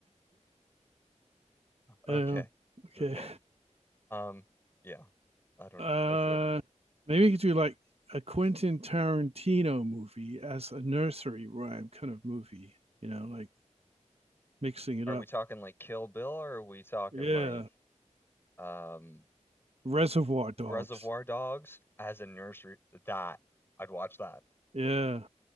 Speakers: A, on the right; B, on the left.
A: <laughs>
B: Okay,
A: Oh, okay.
B: okay. Um, yeah, I don't
A: Uh,
B: know. That's it.
A: maybe we could do like a Quentin Tarantino movie as a nursery rhyme kind of movie, you know, like mixing it
B: Are
A: up.
B: we talking like Kill Bill, or are we talking
A: Yeah.
B: like? um,
A: Reservoir Dogs.
B: Reservoir Dogs as a nursery. That I'd watch that,
A: Yeah.